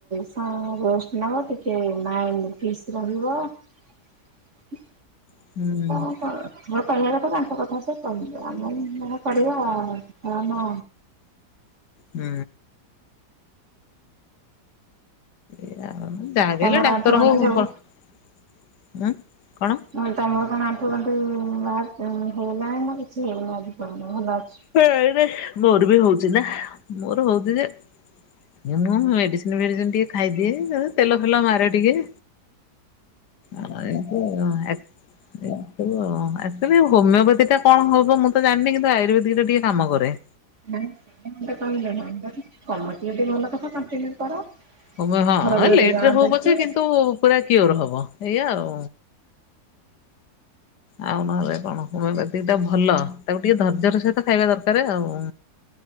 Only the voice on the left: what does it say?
ହୁଁ।
ହୁଁ। ଏୟା ଆଉ ଯାହା
ବି ହେଲେ ଡାକ୍ତରଙ୍କୁ
ବ
ଉଁ କଣ?
ହେଇରେ ମୋର ବି ହଉଛି ନା ମୋର ହଉଛି ଯେ ହେ ମୁଁ ମେଡିସିନ ଫେଡିସିନ ଟିକେ ଖାଇଦିଏ ତେଲ ଫେଲ ମାରେ ଟିକେ ଆଉ ଏମିତି ଆଉ ଆକ୍ <unintelligible> ଆକ୍ଚୁଲି ହୋମିଓ ପାତି ଟା କଣ ହବ ମୁଁ ତ ଜାଣିନି କିନ୍ତୁ ଆୟୁର ବେଦି ଟା ଟିକେ କାମ କରେ।
ହୋମିଓ ହଁ
ଲେଟ
ରେ ହଉ
ପଛେ କିନ୍ତୁ ପୁରା କିଓର ହବ ଏଇଆ ଆଉ। ଆଉ ନହେଲେ କଣ ହୋମିଓପାଥି ଟା ଭଲ ତାକୁ ଟିକେ ଧର୍ଯ୍ୟ ର ସହିତ ଖାଇବା ଦରକାରେ ଆଉ।